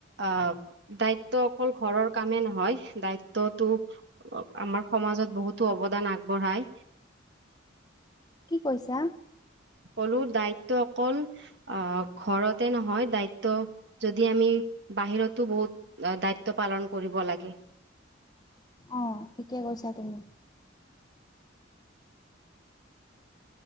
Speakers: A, on the right; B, on the left.
A: আহ দায়িত্ব অকল ঘৰৰ কামেই নহয়। দায়িত্বতটো আমাৰ সমাজত বহুতো অৱদান আগবঢ়ায়
B: কি কৈছা?
A: ক'লো দায়িত্ব অকল আহ ঘৰতে নহয়, দায়িত্ব যদি আমি বাহিৰতো বহুত দায়িত্ব পালন কৰিব লাগে।
B: অঁ ঠিকে কৈছা তুমি।